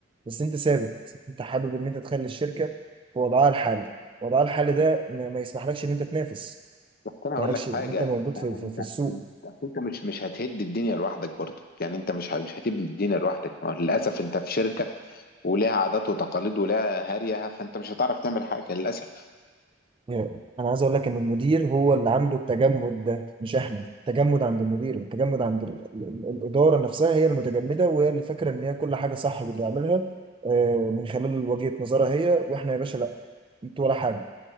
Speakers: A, on the right; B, on the left.
A: بس انت ثابت انت حابب ان انت تخلي الشركه في وضعها الحالي وضعها الحالي ده ما ما يسمحلكش ان انت تنافس
B: بس انا
A: ما
B: هقول
A: يسمحلكش
B: لك
A: ان
B: حاجه
A: انت موجود في في,
B: انت
A: في السوق
B: انت أصل انت مش مش هتهد الدنيا لوحدك برضه يعني انت مش ه- مش هتبني الدنيا لوحدك ما هو للاسف انت في شركه ولها عادات وتقاليد ولها هريها فانت مش هتعرف تعمل حاجه للاسف
A: يعني انا عايز اقول لك ان المدير هو اللي عنده التجمد ده مش احنا التجمد عند المدير التجمد عند ال- ال- الاداره نفسها هي المتجمده وهي اللي فاكره ان هي كل حاجه صح بتعملها آه، من خلال وجهه نظرها هي واحنا يا باشا لا انتوا ولا حاجه